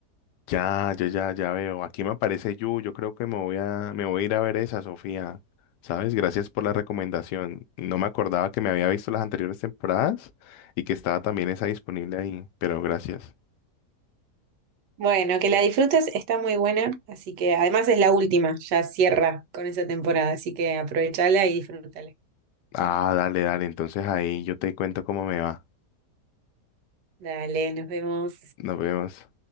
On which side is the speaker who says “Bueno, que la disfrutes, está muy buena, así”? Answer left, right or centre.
Right